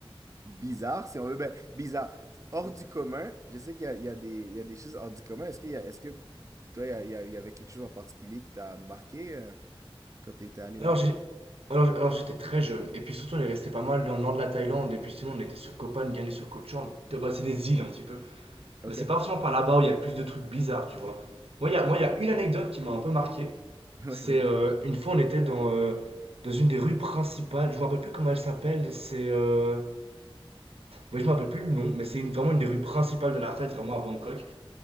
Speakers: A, on the right; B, on the right.
A: bizarres, si on veut, ben, bizarres, hors du commun. Je sais qu'il y a, il y a des, il y a des choses hors du commun. Est-ce qu'il y a- est-ce que toi, il y, a- il y a- il y avait quelque chose en particulier qui t'a marqué euh, quand tu étais allé
B: Alors
A: là-bas?
B: j'ai alors, alors, j'étais très jeune et puis surtout on est resté pas mal dans le nord de la Thaïlande et puis sinon on était sur Koh Phangan et sur Koh Chang. bah, c'est des îles un petit peu.
A: Ok,
B: Mais c'est
A: <laughs>
B: pas forcément par là-bas où il y a le plus de trucs bizarres, tu vois. Moi il y a, moi, il y a une anecdote qui m'a un peu marqué.
A: ouais,
B: C'est
A: vas-y.
B: euh, une fois on était dans, euh, dans une des rues principales, je me rappelle plus comment elle s'appelle, c'est... Euh... Moi je me rappelle plus le nom, mais c'est une- vraiment une des rues principales de la fête, vraiment à Bangkok.